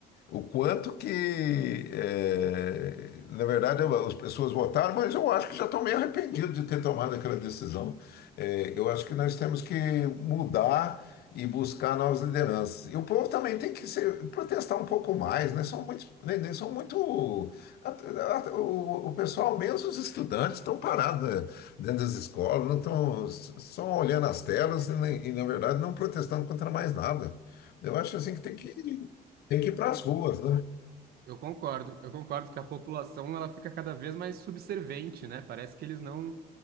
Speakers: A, on the left (about 70°); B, on the right (about 65°).
A: O quanto que, eh, na verdade, eu- as pessoas votaram, mas eu acho que já estão meio arrependidos de ter tomado aquela decisão. Eh, eu acho que nós temos que mudar e buscar novas lideranças. E o povo também tem que se protestar um pouco mais, né? São muito, né, né, são muito at- at- o, o pessoal, mesmo os estudantes, estão parados, né, dentro das escolas, não estão s- só olhando as telas e, na e, na verdade, não protestando contra mais nada. Eu acho assim que tem que tem que ir para as ruas, né?
B: Eu concordo, eu concordo que a população ela fica cada vez mais subservente, né? Parece que eles não